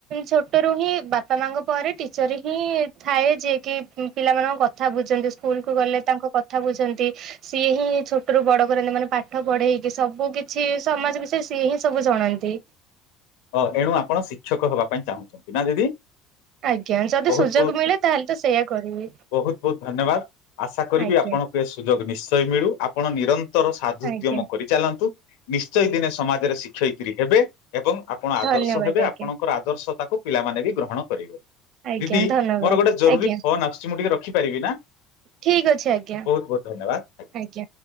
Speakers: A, on the right; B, on the left.
A: ଛୋଟରୁୁ ହିଁ ବାପା ମାଙ୍କ ପରେ ଟିଚର ହିଁ ଥାଏ ଯିଏ କି ପିଲାମାନଙ୍କ କଥା ବୁଝନ୍ତି ସ୍କୁଲ କୁ ଗଲେ ତାଙ୍କ କଥା ବୁଝନ୍ତି ସିଏ ହିଁ ଛୋଟରୁୁ ବଡ କରନ୍ତି ମାନେ ପାଠ ପଢେଇକି ସବୁ କିଛି ସମାଜ ବିଷୟରେ ସିଏ ହିଁ ସବୁ ଜଣାନ୍ତି।
B: ଓ ଏଣୁ ଆପଣ ଶିକ୍ଷକ ହବା ପାଇଁ ଚାହୁଁଛନ୍ତି ନା ଦିଦି।
A: ଆଜ୍ଞା ଯଦି
B: ବହୁତ
A: ସୁଯୋଗ
B: ବହୁତ
A: ମିଳେ ତାହେଲେ ତ ସେଇୟା କରିବି
B: ବହୁତ ବହୁତ ଧନ୍ୟବାଦ ଆଶା କରିବି
A: ଆଜ୍ଞା
B: ଆପଣଙ୍କୁ ଏ ସୁଯୋଗ ନିଶ୍ଚୟ ମିଳୁ ଆପଣ ନିରନ୍ତର ସାଧୁଦ୍ୟମ
A: ଆଜ୍ଞା
B: କରିଚାଲନ୍ତୁ ନିଶ୍ଚୟ ଦିନେ ସମାଜରେ ଶିକ୍ଷ ସେଇତ୍ରୀ ହେବେ। ଏବଂ ଆପଣ ଆଦର୍ଶ
A: ଧନ୍ୟବାଦ
B: ହେବେ।
A: ଆଜ୍ଞା।
B: ଆପଣଙ୍କର ଆଦର୍ଶ ତାକୁ ପିଲାମାନେ ବି ଗ୍ରହଣ କରିବେ।
A: ଆଜ୍ଞା
B: ଦିଦି
A: ଧନ୍ୟବାଦ
B: ମୋର ଗୋଟେ ଜରୁରୀ
A: ଆଜ୍ଞା
B: ଫୋନ୍ ଆସୁଛି। ମୁଁ ଟିକେ ରଖିପାରିବି ନା
A: ଠିକ ଅଛି ଆଜ୍ଞା
B: ବହୁତ ବହୁତ ଧନ୍ୟବାଦ।
A: ଆଜ୍ଞା।